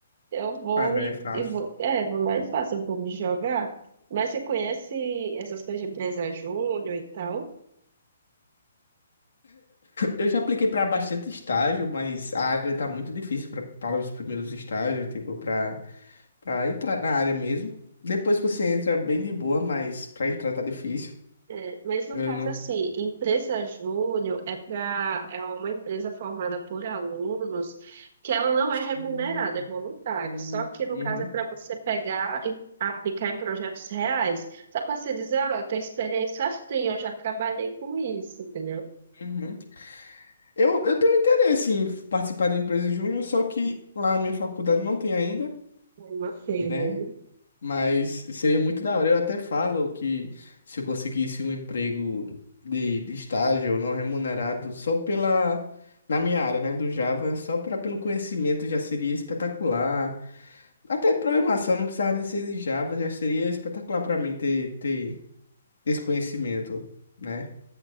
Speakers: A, on the right (about 50°); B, on the left (about 80°).
A: eu vou
B: Vai lá
A: e,
B: e faça.
A: e vou. É, vou lá e faço, eu vou me jogar. Mas você conhece essas coisas de empresa júnior e tal?
B: Eu já apliquei para bastante estágio, mas a área tá muito difícil pra- para os primeiros estágios, tipo, para para entrar na área mesmo. Depois você entra bem de boa, mas para entrar tá difícil.
A: É, mas no
B: Eu
A: caso,
B: não.
A: assim, empresa júnior é para é uma empresa formada por alunos que ela não
B: Sim,
A: é remunerada, é voluntária.
B: sim,
A: Só que no
B: uhum,
A: caso é para você pegar e aplicar em projetos reais. Só para você dizer, ah, eu tenho experiência, ah, eu tenho, eu já trabalhei com isso, entendeu?
B: uhum. Eu, eu tenho interesse em participar da empresa júnior, só que lá na minha faculdade não tem ainda,
A: É Uma feira
B: né?
A: aí.
B: Mas seria muito da hora. Eu até falo que se eu conseguisse um emprego de, de estágio não remunerado, só pela. Na minha área, né, do Java, só pra, pelo conhecimento já seria espetacular. Até programação não precisava nem ser de Java, já seria espetacular pra mim ter, ter esse conhecimento, né?